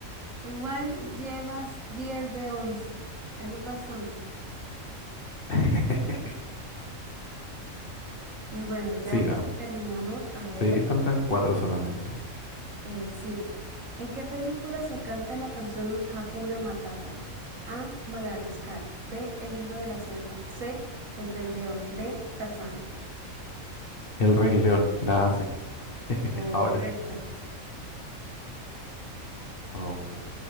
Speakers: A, on the right (about 70°); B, on the left (about 45°).
A: igual llevas diez de once Eso es bastante.
B: <laughs>
A: Y bueno, ya
B: Siga.
A: casi terminamos. A ver,
B: Sí, faltan cuatro solamente.
A: eh, sí. ¿En qué película se canta la canción Hakuna Matata? A, Madagascar. B, El libro de la selva. C, El Rey León. D, Tarzán.
B: El Rey León, la hace.
A: Correcto.
B: Ahora es. Oh,